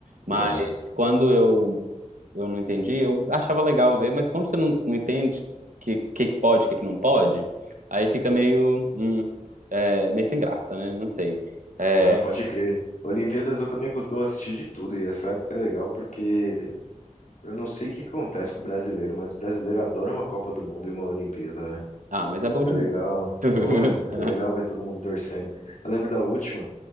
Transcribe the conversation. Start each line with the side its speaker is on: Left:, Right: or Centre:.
Right: Mas
Left: Aham.
Right: quando eu, eu não entendi, eu achava legal ver, mas como você não, não entende o que, que, que pode, o que, que não pode, aí fica meio, hum, é, meio sem graça, né? Não sei. É,
Left: Ah, pode crer. Olimpíadas eu também costumo assistir de tudo e essa época é legal porque eu não sei o que acontece com o brasileiro, mas o brasileiro adora uma Copa do Mundo e uma Olimpíada, né?
Right: ah, mas é bom
Left: É
Right: demais.
Left: legal.
Right: <laughs>
Left: Porra, é legal ver todo mundo torcendo. Eu lembro da última,